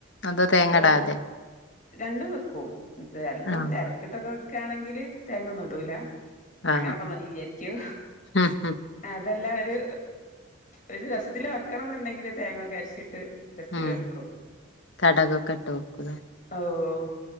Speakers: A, on the left; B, on the left.
A: അതോ തേങ്ങ
B: ഓഹ്
A: ഇടാതെ?
B: രണ്ടും വെക്കും. ഇത് ചെല്പ്പം
A: ആഹ്
B: തെരക്ക്ട്ടൊക്കെ വെക്കാണെങ്കില് തേങ്ങെന്നും ഇടൂല.
A: ആഹ്
B: അങ്ങനൊക്കെ
A: ആഹ്
B: മതി വിചാരിക്യു.
A: ഉം ഉം
B: അതെല്ലാ ഒരു ഒരു രസത്തില് വെക്കണം ന്ന്ണ്ടെങ്കില് തേങ്ങ ഒക്കെ അരച്ചിട്ട്. രസത്തില്
A: ഉം
B: വെക്കു.
A: കടകൊക്കെ ഇട്ട് വെക്കുലേ
B: ഓഹ്